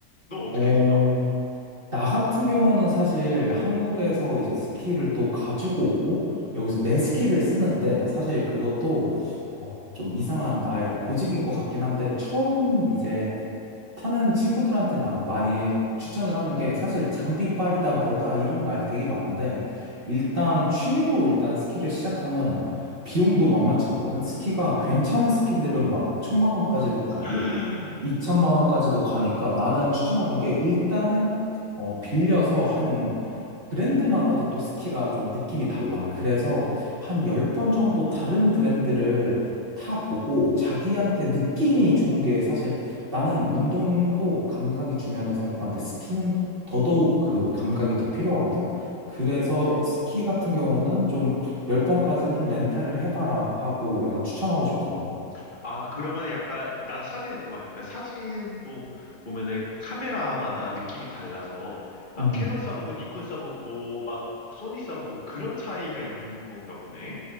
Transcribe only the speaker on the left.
너 어떻게
했어?
음,
음.
<gasps>
어,
음.
아, 그러면 약간, 난 사진을 좋아하니까 사진도 보면은 카메라마다 느낌이 달라서 막
캐논 써보고 니콘 써보고 막 소니 써보고 그런 차이가 있는 건가 보네?